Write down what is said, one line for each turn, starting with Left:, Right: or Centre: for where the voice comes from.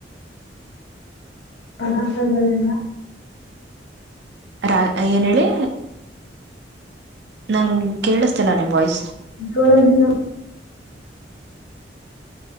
Left: ಪದಾರ್ಥಗಳೆಲ್ಲ
Right: ರ ಏನ್ ಹೇಳಿ ನಂಗ್ ಕೇಳಿಸ್ತಲ್ಲ ನಿಮ್ ವಾಯ್ಸ್
Left: ಸೋಲದಿಲ್ಲ <inaudible>